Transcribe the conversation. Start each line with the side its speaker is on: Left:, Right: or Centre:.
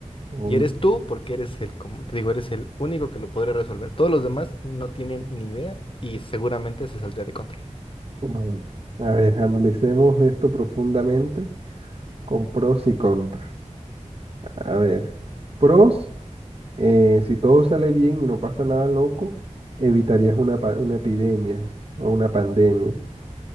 Right: Uy,
Left: Y eres tú porque eres el, como te digo, eres el único que lo podría resolver. Todos los demás no tienen ni idea y seguramente se saldría de control.
Right: uy. A ver, analicemos esto profundamente con pros y contras. A ver, pros, eh, si todo sale bien y no pasa nada loco, evitarías una, pa- una epidemia o una pandemia,